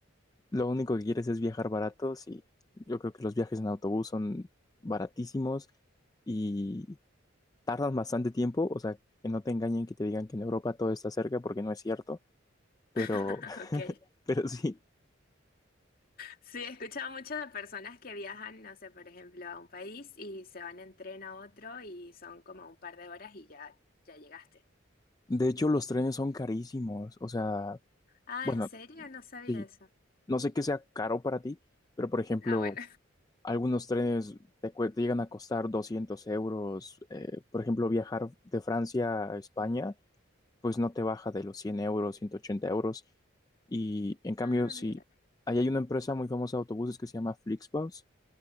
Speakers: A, on the left (about 20°); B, on the left (about 45°).
A: lo único que quieres es viajar barato, sí. Yo creo que los viajes en autobús son baratísimos y tardan bastante tiempo, o sea, que no te engañen que te digan que en Europa todo está cerca porque no es cierto, pero,
B: <laughs>
A: <laughs>
B: Ok.
A: pero sí.
B: Sí, he escuchado mucho de personas que viajan, no sé, por ejemplo, a un país y se van en tren a otro y son como un par de horas y ya, ya llegaste.
A: De hecho, los trenes son carísimos, o sea,
B: Ah,
A: bueno,
B: ¿en serio? No sabía
A: sí,
B: eso.
A: no sé qué sea caro para ti, pero por ejemplo,
B: Ah, bueno.
A: algunos trenes te, cue- te llegan a costar 200 euros, eh, por ejemplo, viajar de Francia a España, pues no te baja de los 100 euros, 180 euros, y en cambio,
B: Ah,
A: sí,
B: mira,
A: ahí hay una empresa muy famosa de autobuses que se llama Flixbus,